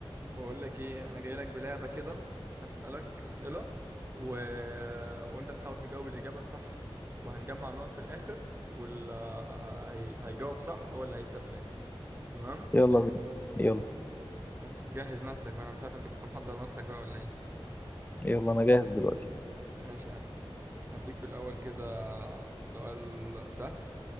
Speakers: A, on the right; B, on the left.
A: بقول لك ايه انا جاي لك بلعبه كده هسالك اسئله و... وانت تحاول تجاوب الاجابه الصح وهنجمع النقط في الاخر واللي هي... هيجاوب صح هو اللي هيكسب في الاخر تمام
B: يلا بينا يلا
A: طب جهز نفسك بقى انا مش عارف انت كنت محضر نفسك بقى ولا ايه
B: يلا انا جاهز دلوقتي
A: ماشي يا عم هديك في الاول كده سؤال سهل